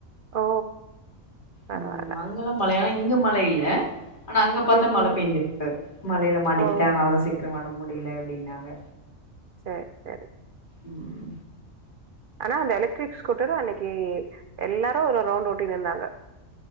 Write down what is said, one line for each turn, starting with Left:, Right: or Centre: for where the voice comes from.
Right: ஓ பரவால்ல.
Left: உம் மங்கல மழையானம் எங்க மலையில்ல ஆனா அங்க பாரத்தா
Right: ம்ஹ்ம்.
Left: மல பெயஞ்சிருக்கு மலையில மாட்டிக்கிட்டே
Right: ஓ!
Left: அதனால தான் சீக்கிரம் வர முடி முடியல அப்படின்னாங்க
Right: சரி சரி
Left: உம்
Right: ஆனா அந்த எலக்ட்ரிக் ஸ்கூட்டரு அன்னைக்கு எல்லாரும் ஒரு ரவுண்ட் ஓட்டனு இருந்தாங்க